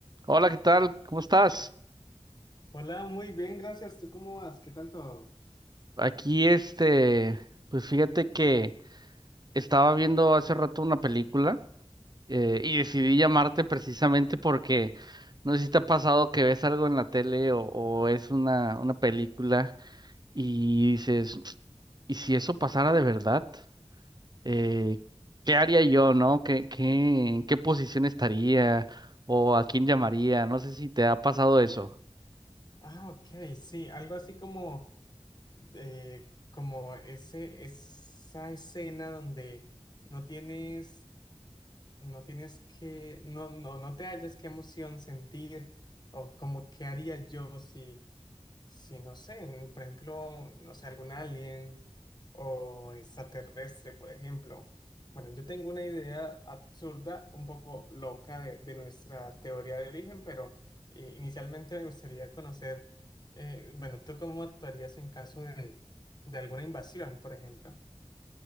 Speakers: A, on the right; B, on the left.
A: Hola, ¿qué tal? ¿Cómo estás?
B: Hola, muy bien, gracias. ¿Tú cómo vas? ¿Qué tal todo?
A: Aquí, este, pues fíjate que estaba viendo hace rato una película eh, y decidí llamarte precisamente porque no sé si te ha pasado que ves algo en la tele o, o es una, una película y dices, ¿y si eso pasara de verdad? Eh, ¿qué haría yo, no? ¿Qué, qué, en qué posición estaría? ¿O a quién llamaría? No sé si te ha pasado eso.
B: Ah, ok, sí, algo así como, eh, como ese, esa escena donde no tienes, no tienes que, no, no, no te hallas qué emoción sentir o como qué haría yo si, si no sé, en- por ejemplo, no sé, algún alien o extraterrestre, por ejemplo. Bueno, yo tengo una idea absurda, un poco loca de, de nuestra teoría de origen, pero eh, inicialmente me gustaría conocer, eh, bueno, ¿tú cómo actuarías en caso de, de alguna invasión, por ejemplo?